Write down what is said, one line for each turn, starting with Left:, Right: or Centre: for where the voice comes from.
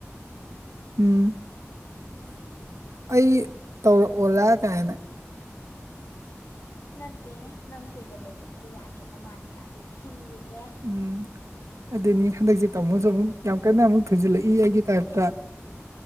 Right: ꯎꯝ ꯑꯩ ꯇꯧꯔꯛꯑꯣꯔꯥ ꯀꯥꯏꯅ
Left: ꯅꯠꯇꯦꯍ‌ꯦ ꯅꯪ ꯀꯨꯏꯅ ꯂꯩꯕꯗꯨꯗ ꯌꯥꯗ꯭ꯔꯕ ꯃꯥꯟꯕ ꯑꯗꯨꯒꯤ ꯍꯪꯕꯅꯦ
Right: ꯎꯝ ꯑꯗꯨꯅꯤ ꯍꯟꯗꯛꯁꯦ ꯇꯥꯃꯣꯁꯨ ꯑꯃꯨꯛ ꯌꯥꯝ ꯀꯟꯅ ꯑꯃꯨꯛ ꯊꯨꯖꯤꯜꯂꯛꯏ ꯑꯩꯒꯤ ꯇꯥꯏꯞꯇ